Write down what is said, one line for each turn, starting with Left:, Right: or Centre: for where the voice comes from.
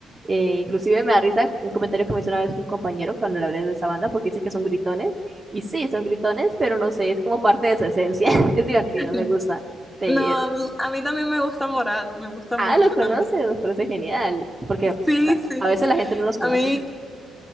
Right: eh, inclusive me da risa un comentario que me hizo una vez un compañero cuando le hablé de esa banda porque dice que son gritones y sí, son gritones, pero no sé, es como parte de su esencia. <laughs> Es divertido,
Centre: <laughs>
Right: me gusta. Te-
Centre: No, a mí, a mí también me gusta Morat, me gusta
Right: ah,
Centre: mucho
Right: lo conoces,
Centre: también.
Right: me parece genial porque
Centre: Sí,
Right: ca-
Centre: sí.
Right: a veces la gente no los conoce.
Centre: A mí,